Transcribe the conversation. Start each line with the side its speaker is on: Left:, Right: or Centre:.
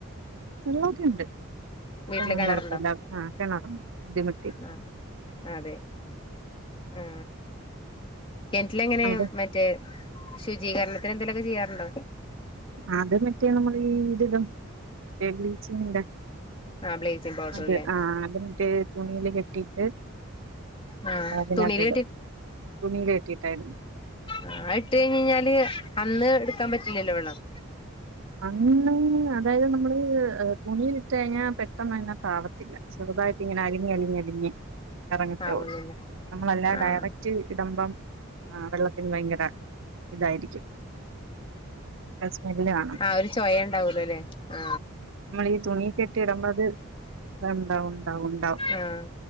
Right: വെള്ളഒക്കെ ഉണ്ട് വെള്ളത്തിനൊന്നു
Left: വീട്ടില് കിണറുണ്ടോ
Right: കുഴപ്പല്ല കിണറുണ്ട് ബുദ്ധിമുട്ട്
Left: ആ അതെ ആ കെണറ്റിലെ എങ്ങനെ
Right: അവിടെ
Left: മറ്റെ ശുചീകരണത്തിന് എന്തേലോക്കെ ചെയ്യാറുണ്ടോ?
Right: അത് മറ്റെ നമ്മൾ ഈ ഇതുടും ബ്ലീ ച്ചിങ്ങിന്റെ
Left: ആ ബ്ലീച്ചിങ് പൗഡർ
Right: അതെ
Left: അല്ലേ
Right: ആ അത് മറ്റെ തുണിയിലെ കെട്ട് ട്ടിട്ട്
Left: ആ
Right: അതിനാത്ത്ടും
Left: തുണിയില്
Right: തുണിയിൽ കെട്ടിയിട്ടാട്ന്നെ
Left: ആ ഇട്ട് കഴിഞ്കഴിഞ്ഞാല് അന്ന് എടുക്കാൻ പറ്റില്ലല്ലോ വെള്ളം
Right: അന്ന് അതായത് നമ്മള് തുണീൽ ഇട്ട് കഴിഞ്ഞാൽ പെട്ടെന്ന് തന്നെ താവത്തില്ല ചെറുതായിട്ട് ഇങ്ങനെ അലിഞ് അലിഞ് അലിഞ് എറങ്ങത്തെള്ളു
Left: ആവുള്ളൂല്ലേ
Right: നമ്മളല്ലാതെ
Left: ആഹ്
Right: ഡയറക്റ്റ് ഇടമ്പം ആ വെള്ളത്തിന് ഭയങ്കര ഇതായിരിക്കും സ്മെല്ല് കാണം
Left: ആ ഒരു ചോയണ്ടാവലോ അല്ലെ ആ
Right: നമ്മൾ ഈ തുണി കെട്ടി ഇടുമ്പോ അത് ഉണ്ടാവും ണ്ടാവും ണ്ടാവും.
Left: ആഹ്